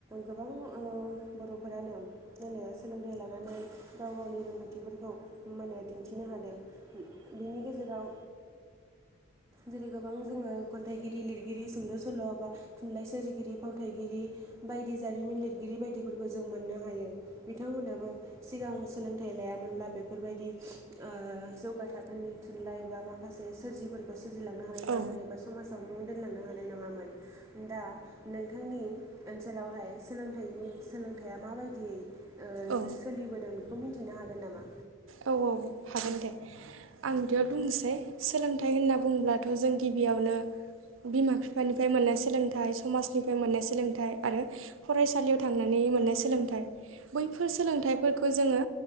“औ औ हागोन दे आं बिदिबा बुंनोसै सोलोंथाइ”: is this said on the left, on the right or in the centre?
Right